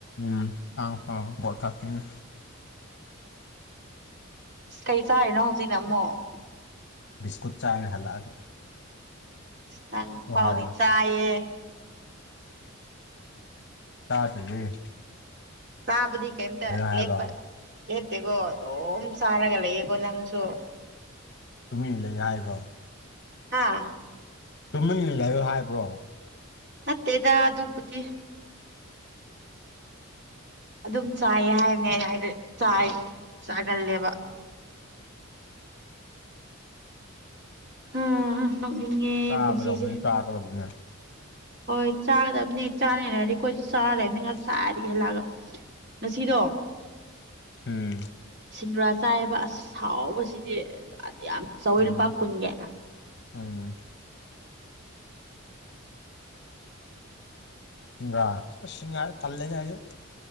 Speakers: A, on the left; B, on the right.
A: ꯎꯝ ꯍꯥꯎ ꯍꯥꯎꯔ ꯄꯣꯠ ꯀꯥꯛꯇꯅꯤ
B: ꯀꯩ ꯆꯥꯔꯤꯅꯣ ꯍꯧꯖꯤꯛꯅ ꯑꯃꯨꯛ
A: ꯕꯤꯁꯀꯨꯠ ꯆꯥꯡꯔꯦ ꯍꯜꯂꯛꯑꯒ
B: ꯅꯪ ꯐꯥꯎꯗꯤ
A: ꯋꯥꯔꯦ
B: ꯆꯥꯏꯌꯦ
A: ꯇꯥꯗ꯭ꯔꯤꯌꯦ
B: ꯇꯥꯕꯗꯤ ꯀꯦꯝꯇ
A: ꯍꯥꯏꯕ꯭ꯔꯣ
B: ꯂꯦꯞꯄ ꯂꯦꯞꯇꯦꯀꯣ ꯑꯗꯨꯝ ꯆꯥꯔꯒ ꯂꯩꯌꯦꯀꯣ ꯅꯪꯁꯨ
A: ꯇꯨꯃꯤꯟ ꯂ ꯂꯥꯏꯕ꯭ꯔꯣ
B: ꯍꯥꯥ
A: ꯇꯨꯝꯃꯤꯟꯅ ꯂꯩꯌꯨ ꯍꯥꯏꯕ꯭ꯔꯣ
B: ꯅꯠꯇꯦꯗ ꯑꯗꯨꯕꯨꯗꯤ ꯑꯗꯨꯝ ꯆꯥꯏꯌꯦ ꯍꯥꯏꯕꯅꯦ ꯑꯩꯅ ꯍꯥꯏꯗꯤ ꯆꯥꯏ ꯆꯥꯒꯜꯂꯦꯕ ꯍꯍ ꯅꯣꯛꯅꯤꯡꯉꯦ
A: ꯆꯥꯒꯗꯧꯅꯦ
B: ꯄꯨꯟꯁꯤꯁꯦ
A: ꯆꯥꯒꯗꯧꯅꯦ
B: ꯍꯣꯏ ꯆꯥꯒꯗꯕꯅꯤ ꯆꯥꯅꯤꯡꯉꯥꯏ ꯂꯩꯔꯗꯤ ꯑꯩꯈꯣꯏꯖꯨ ꯆꯥꯔ ꯂꯩꯕꯅꯤ ꯉꯁꯥꯏꯗꯒꯤ ꯍꯜꯂꯛꯑꯒ ꯉꯁꯤꯗꯣ
A: ꯎꯝ
B: ꯁꯤꯡꯒ꯭ꯔꯥ ꯆꯥꯏꯌꯦꯕ ꯑꯁ ꯍꯥꯎꯕꯁꯤꯗꯤ ꯌꯥꯝ ꯆꯥꯎꯑꯦ
A: ꯎꯝ
B: ꯂꯨꯄꯥ ꯀꯨꯟꯒꯤ
A: ꯎꯝ ꯁꯤꯡꯒꯥ ꯑꯁ ꯁꯤꯡꯒꯥ ꯇꯜꯂꯦꯗ ꯑꯩꯗꯤ